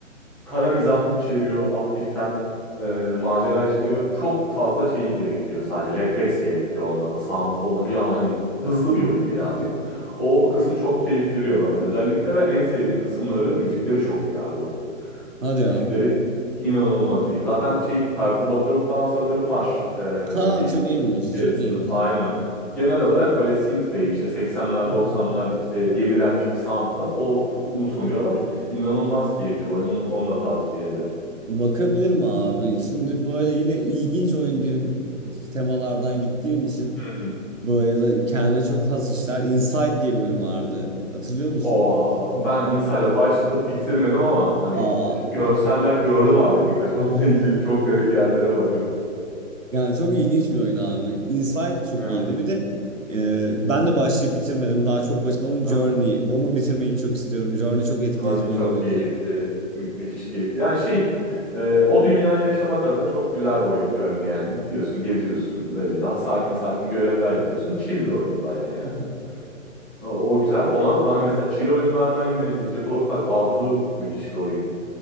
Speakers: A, in the centre; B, on the right (about 75°).
A: kara mizah içeriyor hafiften. e, macera içeriyor. Çok fazla şeyi gerekiyor sadece. Refleks gerekiyor onda da. Sağına soluna bir an hani hızlı bir oyun birazcık. O kısmı çok keyif veriyor bana özellikle ve en sevdiğim kısımları müzikleri çok iyi abi oyun.
B: <laughs> Hadi
A: Müzikleri
B: ya.
A: inanılmaz iyi. Zaten şey perturbatörüm falan sanırım var e,
B: Ha
A: müziği
B: çok iyiymiş
A: içerisinde.
B: çok iyiymiş.
A: Aynen. Genel olarak böyle synthwave işte 80'ler
B: <laughs>
A: 90'lar işte yenilenmiş bir soundla onu sunuyorlar. İnanılmaz keyifli bir oyunun onu da tavsiye ederim.
B: Bakabilirim abi. Şimdi böyle yine ilginç oyun diye temalardan gittiğim için
A: Hı hı.
B: böyle ya da kendine çok has işler. Inside diye bir oyun vardı. Hatırlıyor musun?
A: Aa,
B: Hmm.
A: ben Inside'a başladım bitirmedim ama hani
B: Aa.
A: e, görseller
B: <laughs>
A: gördüm abi birkaç <laughs> onunla ilgili çok garip yerlere varıyorum.
B: Yani çok ilginç bir oyun abi. Inside çok
A: Evet.
B: iyiydi. Bir de e, ben de başlayıp bitirmedim. Daha çok başında olan Journey.
A: Aha.
B: Onu bitirmeyi çok istiyorum. Journey çok etkileyici
A: Journey
B: bir
A: çok
B: oyuna benziyor.
A: keyifli, mü- müthiş keyifli. Yani şey, e, o dünyayı yaşamak adına çok güzel bir oyun Journey yani. Gidiyorsun, geziyorsun, böyle ha- sakin sakin görevler yapıyorsun.
B: Hmm.
A: Chill bir oyun bayağı yani.
B: <laughs>
A: O, o güzel. Ona hani mesela chill oyunlardan yine gidecek olursak Abzu müthiş bir oyun.